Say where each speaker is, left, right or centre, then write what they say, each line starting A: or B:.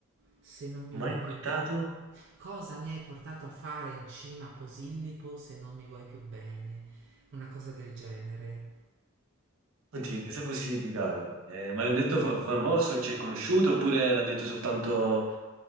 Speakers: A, on the right; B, on the right.
A: se non mi
B: Mai
A: vuoi
B: portato?
A: più... Cosa mi hai portato a fare in cima a Posillipo se non mi vuoi più bene? Una cosa del genere.
B: Oddio, cosa può significare? Eh, ma l'hanno detto fa- famoso, c'è conosciuto, oppure l'ha detto soltanto